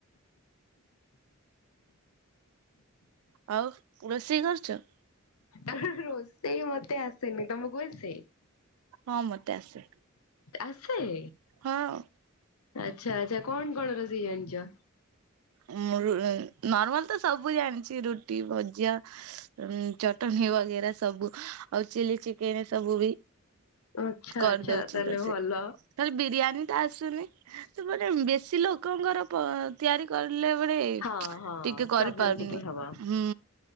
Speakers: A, on the right; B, on the left.
A: ଆଉ ରୋଷେଇ କରୁଛ।
B: ଆ ହା ହା ରୋଷେଇ ମତେ ଆସେନି ତମକୁ ଆସେ?
A: ହଁ ମତେ ଆସେ
B: ଆସେ।
A: ହଁ
B: ଆଚ୍ଛା ଆଛା କଣ କଣ ରୋସେଇ ଜାଣିଛ।
A: ଉଁ ନର୍ମାଲ ତ ସବୁ ଜାଣିଛି ରୁଟି ଭଜା। ଉ ଚଟଣି ବଗେରା ସବୁ ଆଉ ଚିଲି ଚିକେନ ସବୁ ବି।
B: ଆଚ୍ଛା
A: କରିଦଉଛି
B: ଆଚ୍ଛା ତାହେଲେ
A: ରସେଇ
B: ଭଲ।
A: ନହେଲେ ବିରିୟାନୀ ଟା ଆସୁନି ସେପଟ ବେଶୀ ଲୋକଙ୍କର ପ ତିଆରି କରିଲା ବେଳେ
B: ହଁ ହଁ
A: ଟିକେ କରିପାରୁନି
B: ପ୍ରୋବ୍ଲେମ ଟିକେ ହବ
A: ହୁଁ।